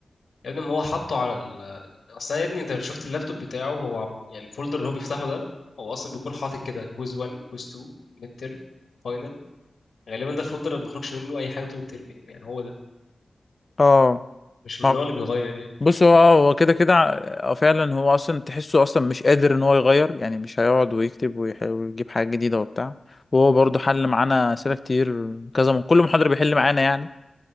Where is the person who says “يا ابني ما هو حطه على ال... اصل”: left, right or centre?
Left